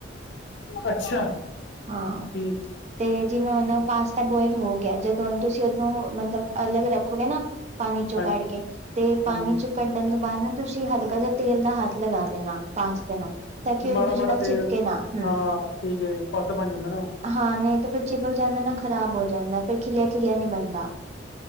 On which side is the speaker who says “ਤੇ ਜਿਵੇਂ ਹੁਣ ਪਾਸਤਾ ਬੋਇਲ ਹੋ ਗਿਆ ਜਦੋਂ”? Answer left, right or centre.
Right